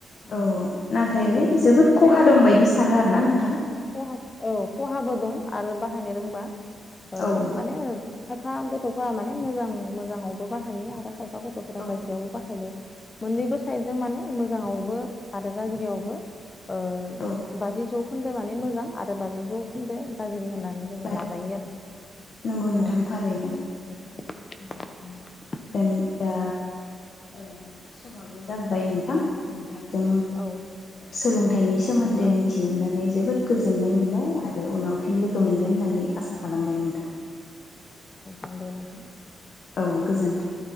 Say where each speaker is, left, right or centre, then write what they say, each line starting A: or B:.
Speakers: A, on the left (about 25°); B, on the left (about 55°).
A: उम
B: औ नाथाय
A: बेबायदिहाय
B: बे जोबोद
A: बिदिनो
B: खहा दं बायदि सानो आरोना
A: ओं
B: नोंथां
A: खहा औ। औ खहाबो दं आरो बाहायनो रोंबा ओ
B: औ
A: माने खायफा गथ'फोरा माने मोजां मोजाङावबो बाहायो आरो खायफा गथ'फोरा
B: औ
A: गाज्रियावबो बाहायदो मोननैबो साइदजों माने मोजाङावबो आरो गाज्रियावबो ओ
B: औ
A: बाजि जौखोन्दो माने मोजां आरो बाजि जौखोन्दो गाज्रि होनना नै
B: गाज्रि
A: लाजायो आरो
B: नंगौ नोंथां
A: औ
B: थारैनो
A: बेबायदिनो
B: देन दा ओ समाबो जाबाय नोंथां। नोंथांजों
A: औ
B: सोलोंथाइनि एसे सोमोन्दै
A: औ
B: मिथिनो मोननानै जोबोद गोजोननाय
A: औ
B: मोनबाय आरो उनाव फिन लोगो
A: औ
B: मोनगोन
A: नोंथां
B: होननानै आसा खालामबाय नों थां।
A: ओं दे नोंथां।
B: औ गोजोन्थों।